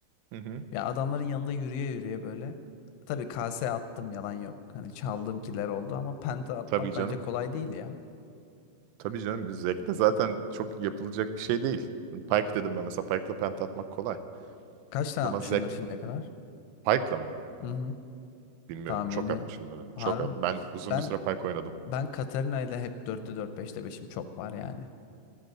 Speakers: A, on the right; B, on the left.
A: hı. hı.
B: Ya adamların yanında yürüye yürüye böyle. Tabii kase attım yalan yok. Hani çaldığım kiler oldu ama penta atmak
A: Tabii canım.
B: bence kolay değil ya.
A: Tabii canım biz Zek'te zaten çok yapılacak bir şey değil. Şimdi Pike dedim ben mesela Pike'la penta atmak kolay.
B: Kaç tane
A: Ama
B: atmışsındır
A: Zek
B: şimdiye kadar?
A: Pike'la mı?
B: Hı hı.
A: Bilmiyorum.
B: Tahmini
A: Çok atmışımdır.
B: harbi
A: Çok at.
B: mi?
A: Ben uzun
B: Ben
A: bir süre Pike oynadım.
B: ben Katarina ile hep dörtte 4 beşte beşim çok var yani.